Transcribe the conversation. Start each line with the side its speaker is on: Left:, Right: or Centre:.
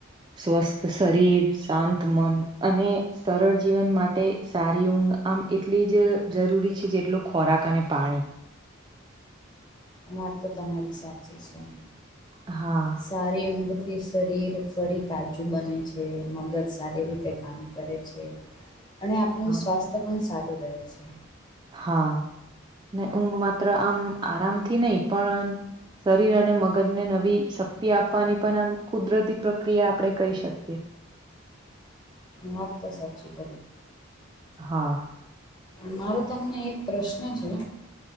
Right: સ્વસ્થ શરીર શાંત મન અને, સરળ જીવન માટે સારી ઊંઘ આમ એટલી જ જરૂરી છે જેટલો ખોરાક અને પાણી.
Left: વાત તો તમારી સાચી છે.
Right: હા.
Left: સારી ઊંઘથી શરીર ફરી તાજું બને છે મગજ સારી રીતે કામ કરે છે. અને આપણું
Right: હા
Left: સ્વાસ્થ્ય પણ સારું રહે છે.
Right: હા ને ઊંઘ માત્ર આમ આરામથી નહ પણ. શરીર અને મગજને નવી શક્તિ આપવાની પણ આમ કુદરતી પ્રક્રિયા આપડણે કહી શકીએ.
Left: મત તો સાચી ક.
Right: હા.
Left: મારો તમને એક પ્રશ્ન છે.